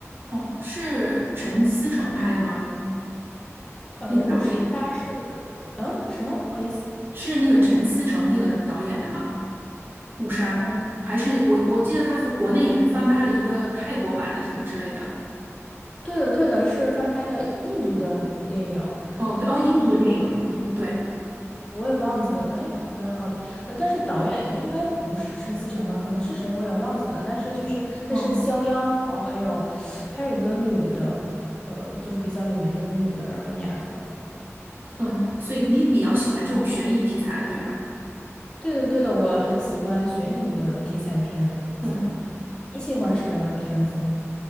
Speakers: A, on the right (about 45°); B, on the left (about 15°).
A: 哦，是陈思诚拍的吗？
B: 呃，
A: 那个导演
B: 《误杀》是，嗯，什么？不好意思，
A: 是那个陈思诚那个导演的吗？《误杀》还是我我记得他国内也是翻拍了一个泰国版的什么之类的。
B: 呃，对的对的，是翻拍的印度的电影，
A: 哦，对，哦，印度的电影，嗯，对。
B: 我也忘记了，哎，好，哎，好的，呃，但是导演应该不是陈思诚吧？可能是谁我也忘记了，但是就是他是肖央，
A: 哦，
B: 然后还有还有一个女的，呃，就是比较有名的一个女的，然后演的。
A: 嗯，所以你比较喜欢这种悬疑题材的，对吧？
B: 对的，对的，我很喜欢悬疑的题材片子。
A: 嗯，
B: 你喜欢什么样的片子呢？